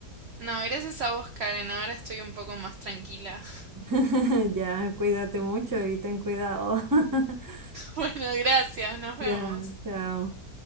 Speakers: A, on the right (about 60°); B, on the right (about 15°).
A: No, gracias a vos, Karen. Ahora estoy un poco más tranquila. <laughs>
B: <laughs> Ya, cuídate mucho y ten cuidado. <laughs>
A: Bueno, gracias. Nos
B: Ya,
A: vemos.
B: chao.